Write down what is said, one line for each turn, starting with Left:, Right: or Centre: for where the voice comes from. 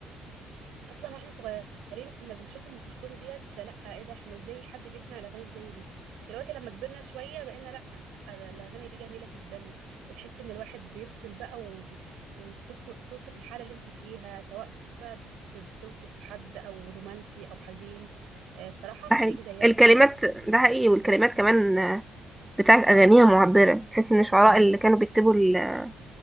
Right: اصلا واحنا صغيرين كنا بنشوف ام كلثوم ديت لا ايه ده احنا ازاي حد بيسمع الاغاني اللي زي دي دلوقتي لما كبرنا شويه بقينا لا ده الاغاني دي جميله جدا وتحس ان الواحد بيفصل بقى وب... وتوصف توصف الحاله اللي انت فيها سواء بقى بت... بتوصف حد او رومانسي او حزين آه، بصراحه
Centre: ده
Right: مش
Centre: حقيقي
Right: هيجي زيها
Centre: الكلمات
Right: خالص
Centre: ده حقيقي والكلمات كمان آه، بتاعت أغانيها معبرة تحس إن الشعراء اللي كانوا بيكتبوا ال-